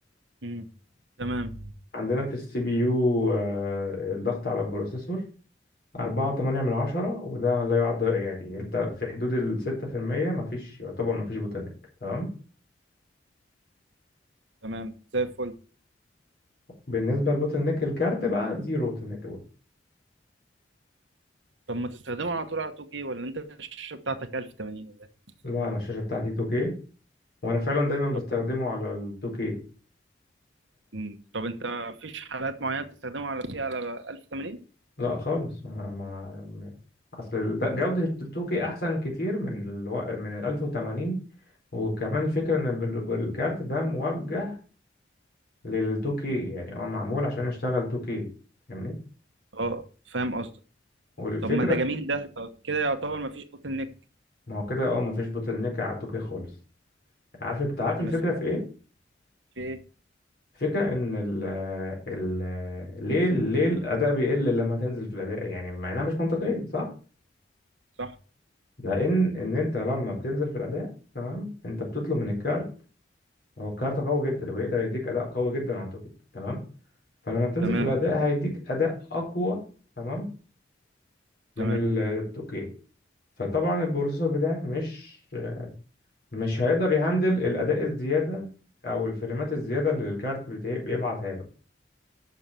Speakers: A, on the right; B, on the left.
A: امم تمام
B: عندنا في السي بي يو آه، الضغط على البروسيسور 4.8 من عشرة وده لا يعد يعني انت في حدود ال 6% ما فيش يعتبر ما فيش بوتلنيك تمام
A: تمام زي الفل
B: بالنسبة للبوتلنيك الكارت بقى زيرو بوتلنيك برضه
A: طب ما تستخدمه على طول على 2K ولا انت الشاشة بتاعتك 1080 ولا ايه؟
B: لا انا الشاشة بتاعتي 2K وانا فعلا دايما
A: طب
B: بستخدمه على ال 2K
A: مم. طب انت مفيش حالات معينة بتستخدمه على فيها على 1080
B: لا خالص مع, مع... م- اصل ده جودة التوكي احسن كتير من الو... من ال 1080 وكمان الفكرة ان الب- الب- الكارت ده موجه للتوكي يعني هو معمول عشان يشتغل توكي فاهمني
A: اه فاهم قصدك
B: والفكرة
A: طب ما ده جميل ده طب كده يعتبر مفيش بوتل نيك
B: ما هو كده اه مفيش بوتل نيك على التوكي خالص عارف انت عارف الفكرة
A: انا سمعت
B: في ايه؟
A: في ايه
B: فكرة ان ال ال ليه ليه الاداء بيقل لما تنزل في الاداء يعني مع انها مش منطقية صح؟
A: صح
B: لان ان انت لما بتنزل في الاداء تمام انت بتطلب من الكارت هو الكارت قوي جدا ويقدر يديك اداء قوي جدا على التوكي تمام فلما بتنزل
A: تمام
B: في تمام الاداء هيديك اداء اقوى تمام من
A: تمام
B: مم. ال- التوكي فطبعا البروسيسور بتاعك مش مش هيقدر يهندل الاداء الزياده او الفريمات الزياده اللي الكارت بتا- بيبعتها له